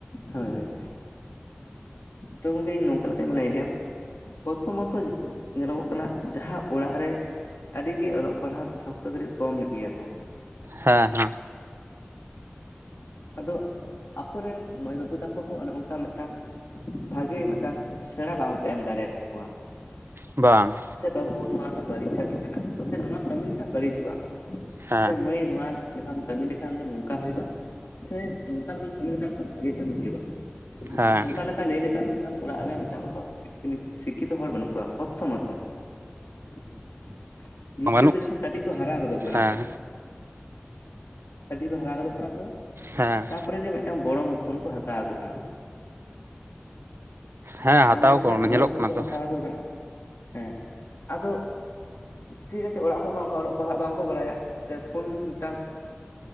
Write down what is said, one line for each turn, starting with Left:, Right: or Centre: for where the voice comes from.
Left: ᱦᱳᱭ ᱦᱳᱭ ᱛᱚ ᱜᱚᱝᱠᱮ ᱤᱧ ᱱᱚᱝᱠᱟ ᱞᱮᱠᱟᱧ ᱢᱚᱱᱮᱭᱮᱜᱼᱟ ᱯᱨᱚᱛᱷᱚ ᱢᱟᱛᱚ ᱧᱮᱞᱚᱜᱚᱜ ᱠᱟᱱᱟ ᱡᱟᱦᱟᱸ ᱚᱲᱟᱜ ᱨᱮ ᱟᱹᱰᱤ ᱜᱮ ᱚᱞᱚᱜ ᱯᱟᱲᱦᱟᱜ <unintelligible> ᱛᱮ ᱠᱟᱹᱴᱤᱡ ᱠᱚᱢ ᱧᱚᱜ ᱜᱮᱭᱟ ᱠᱚ
Right: ᱦᱮᱸ ᱦᱮᱸ
Left: ᱟᱫᱚ ᱟᱠᱚᱨᱮᱱ ᱢᱟᱹᱭ ᱵᱟᱹᱵᱩ ᱛᱟᱠᱚ ᱦᱚᱸ ᱚᱱᱮ ᱚᱱᱠᱟ ᱢᱤᱫᱴᱟᱝ ᱵᱷᱟᱜᱮ ᱢᱤᱫᱴᱟᱱ ᱥᱮᱬᱟ ᱵᱟᱝᱠᱚ ᱮᱢ ᱫᱟᱲᱮ ᱠᱟᱜ ᱠᱚᱣᱟ
Right: ᱵᱟᱝ
Left: ᱥᱮ ᱵᱟᱹᱵᱩ ᱱᱚᱣᱟ ᱫᱚ ᱵᱟᱹᱲᱤᱡ ᱠᱟᱹᱢᱤ ᱠᱟᱱᱟ ᱥᱮ ᱱᱚᱣᱟ ᱠᱟᱹᱢᱤ ᱞᱮᱠᱷᱟᱱ ᱵᱟᱹᱲᱤᱡᱚᱜᱼᱟ
Right: ᱦᱮᱸ
Left: ᱥᱮ ᱢᱟᱹᱭ ᱱᱚᱣᱟ ᱞᱮᱠᱟᱢ ᱠᱟᱹᱢᱤ ᱞᱮᱠᱷᱟᱱ ᱫᱚ ᱱᱚᱝᱠᱟ ᱦᱩᱭᱩᱜᱼᱟ ᱥᱮ ᱱᱚᱝᱠᱟ ᱞᱮᱠᱟᱢ ᱠᱟᱹᱢᱤ ᱞᱮᱠᱷᱟᱱ ᱫᱚ ᱵᱷᱟᱜᱮ ᱠᱟᱹᱢᱤ ᱦᱩᱭᱩᱜᱼᱟ
Right: ᱦᱮᱸ
Left: ᱚᱱᱠᱟ ᱞᱮᱠᱟ ᱞᱟᱹᱭ ᱞᱮᱠᱷᱟᱱ ᱢᱤᱫᱴᱟᱱ ᱚᱲᱟᱜ ᱨᱮ ᱢᱤᱫᱴᱟᱱ ᱥᱤᱠᱠᱷᱤᱛᱚ ᱦᱚᱲ ᱵᱟᱹᱱᱩᱜ ᱠᱚᱣᱟ ᱯᱨᱚᱛᱛᱷᱚᱢᱚᱛᱚ <inaudible> ᱫᱤᱛᱤᱭᱚ
Right: ᱵᱟᱹᱱᱩᱜ
Left: ᱛᱚ ᱡᱚᱠᱷᱚᱱ ᱠᱟᱹᱴᱤᱡ ᱠᱚ ᱦᱟᱨᱟ ᱜᱚᱫᱚᱜ ᱠᱟᱱᱟ
Right: ᱦᱮᱸ
Left: ᱠᱚ ᱠᱟᱹᱴᱤᱡ ᱠᱚ ᱦᱟᱨᱟ ᱜᱚᱫᱚᱜ ᱠᱟᱱᱟ ᱠᱚ
Right: ᱦᱮᱸ
Left: ᱛᱟᱯᱚᱨᱮ ᱜᱮ ᱢᱤᱫᱴᱟᱝ ᱵᱚᱲᱚ ᱯᱷᱳᱱ ᱠᱚ ᱦᱟᱛᱟᱣ ᱟᱠᱚ ᱠᱟᱱᱟ
Right: ᱦᱮᱸ ᱦᱟᱛᱟᱣ
Left: ᱟᱨ ᱢᱮᱱᱠᱷᱟᱱ
Right: ᱠᱚ ᱚᱱᱟ
Left: ᱵᱚᱲᱚᱯᱷᱳᱱ
Right: ᱧᱮᱞᱚᱜ ᱠᱟᱱᱟ
Left: ᱠᱚ
Right: ᱛᱚ
Left: ᱦᱟᱛᱟᱣ ᱠᱚ ᱠᱟᱱᱟ ᱦᱮᱸ ᱟᱫᱚ ᱴᱷᱤᱠ ᱟᱪᱷᱮ ᱚᱲᱟᱜ ᱦᱚᱲᱢᱟ ᱚᱱᱠᱟ ᱚᱞᱚᱜ ᱯᱟᱲᱦᱟᱜ ᱵᱟᱝᱠᱚ ᱵᱟᱲᱟᱭᱟ ᱥᱮ ᱯᱷᱳᱱ ᱴᱟᱪ